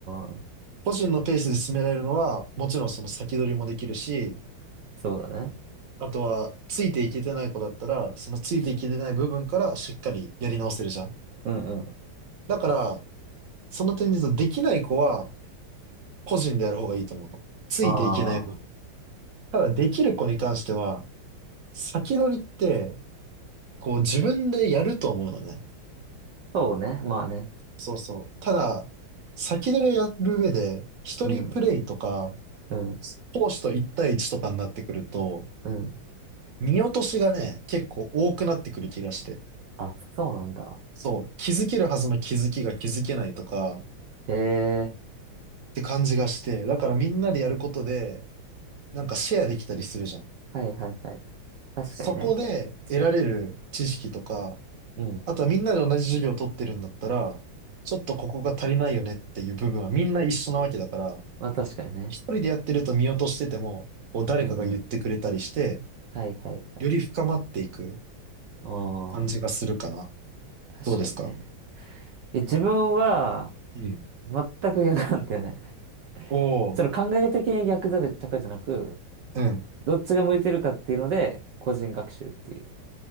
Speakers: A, on the right (about 65°); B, on the right (about 45°).
A: あー、
B: 個人のペースで進められるのは、もちろんその先取りもできるし、
A: そうだね。
B: あとは、ついていけてない子だったら、そのついていけてない部分からしっかりやり直せるじゃん。
A: うんうん。
B: だから、その点で言うと、できない子は、個人でやる方がいいと思うの。ついていけない分。
A: ああ、
B: ただ、できる子に関しては、先取りって、こう自分でやると思うのね。
A: そうね。まあね。
B: そうそう。ただ、先取りをやる上で、一人プレイとか、
A: うんうん
B: 講師と一対一とかになってくると、
A: うん。
B: 見落としがね、結構多くなってくる気がして。
A: あ、そうなんだ。
B: そう、気づけるはずの気づきが気づけないとか、
A: へえ。
B: って感じがして、だからみんなでやることで、なんかシェアできたりするじゃん。
A: はいはいはい。確かにね。
B: そこで得られる知識とか、
A: うん。
B: あとはみんなで同じ授業を取ってるんだったら、ちょっとここが足りないよねっていう部分はみんな一緒なわけだから、
A: まあ確かにね。
B: 一人でやってると見落としてても、こう誰かが言ってくれたりして、
A: うんうん。はいはいはい。
B: より深まっていく
A: ああ、
B: 感じがするかな。
A: 確かにね。
B: どうですか
A: いや自分は
B: うん。
A: 全く逆なんだよね。
B: おお、
A: その考え的に逆とか、とかじゃなく、
B: うん。
A: どっちが向いてるかっていうので、個人学習っていう